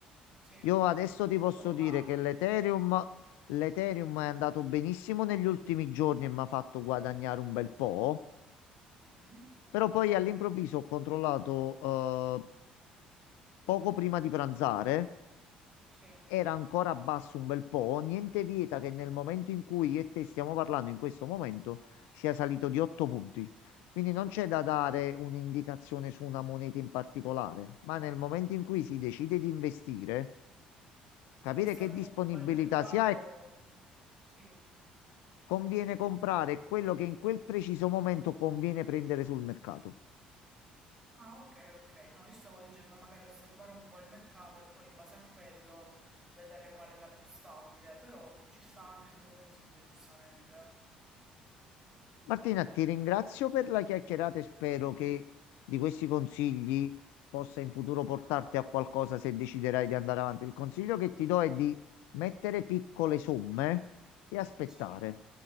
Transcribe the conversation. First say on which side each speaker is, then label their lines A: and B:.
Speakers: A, on the right; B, on the left.
A: Sì,
B: io adesso
A: sono
B: ti posso
A: molto volatili.
B: dire che l'Ethereum, l'Ethereum è andato benissimo negli ultimi giorni e mi ha fatto guadagnare un bel po'.
A: Mhm,
B: Però poi all'improvviso ho controllato, eh, poco prima di pranzare,
A: Sì.
B: era ancora basso un bel po', niente vieta che nel momento in cui io e te stiamo parlando in questo momento sia salito di 8 punti. Quindi non c'è da dare un'indicazione su una moneta in particolare, ma nel momento in cui si decide di investire, capire
A: Osservo
B: che disponibilità
A: un po' il mercato,
B: si ha e
A: sì.
B: conviene comprare quello che in quel preciso momento conviene prendere sul mercato.
A: Ah, ok, ok. No, io stavo dicendo magari osservare un po' il mercato e poi in base a quello vedere qual è la più stabile, però ci sta anche il tuo consiglio, giustamente.
B: Martina, ti ringrazio per la chiacchierata e spero che di questi consigli possa in futuro portarti a qualcosa se deciderai di andare avanti. Il consiglio che ti do è di mettere piccole somme e aspettare.
A: Sì,